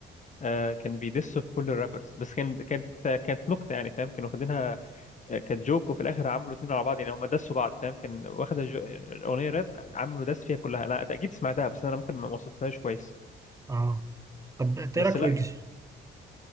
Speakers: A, on the left (about 40°); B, on the right (about 15°).
A: آه، كان بيدس في كل الرابرز بس كان كانت كانت نكته يعني فاهم كانوا واخدينها كانت جوك وفي الاخر عملوا اتنين على بعض يعني هم دسوا بعض فاهم كان واخده جو... اغنيه راب عملوا دس فيها كلها انا اكيد سمعتها بس انا ممكن ما وصفتهاش كويس
B: اه طب إنت
A: بس
B: ايه رايك
A: لا
B: في ويجز